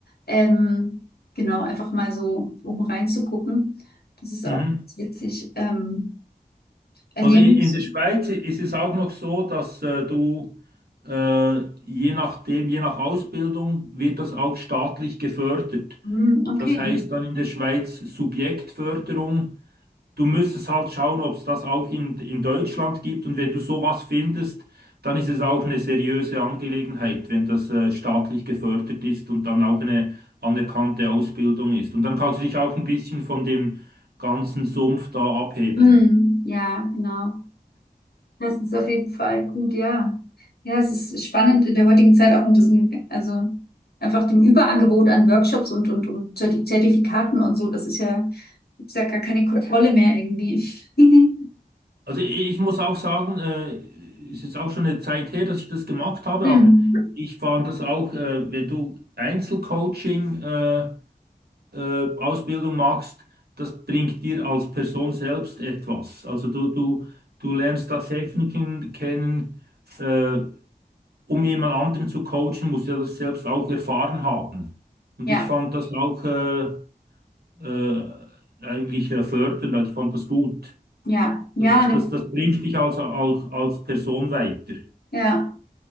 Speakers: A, on the left (about 80°); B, on the right (about 80°).
A: Ähm, genau, einfach mal so, um reinzugucken. Das ist
B: Mhm.
A: auch ganz witzig. Ähm, Ernährungs-
B: Also i- in der Schweiz ist es auch noch so, dass äh, du äh, je nachdem, je nach Ausbildung wird das auch staatlich gefördert.
A: Hm, okay.
B: Das heißt dann in der Schweiz Subjektförderung. Du müsstest halt schauen, ob es das auch in, in Deutschland gibt. Und wenn du sowas findest, dann ist es auch eine seriöse Angelegenheit, wenn das äh, staatlich gefördert ist und dann auch eine anerkannte Ausbildung ist. Und dann kannst du dich auch ein bisschen von dem ganzen Sumpf da abheben.
A: Hm, ja, genau. Das ist auf jeden Fall gut, ja. Ja, es ist spannend in der heutigen Zeit auch mit diesem, also einfach dem Überangebot an Workshops und, und, und Zerti- Zertifikaten und so. Das ist ja, gibt's ja gar keine Kontrolle mehr irgendwie. <laughs>
B: Also ich muss auch sagen, äh, ist jetzt auch schon eine Zeit her, dass ich das gemacht habe,
A: Mhm.
B: aber ich fand das auch, äh, wenn du Einzelcoaching, äh, äh, Ausbildung machst, das bringt dir als Person selbst etwas. Also du, du, du lernst da Techniken kennen, äh, um jemand anderen zu coachen, musst du ja das selbst auch erfahren haben. Und
A: Ja,
B: ich fand das auch äh, äh, eigentlich äh, fördernd, also ich fand das gut.
A: ja, ja,
B: So, Das,
A: ne,
B: das, das bringt dich also auch als Person weiter.
A: ja,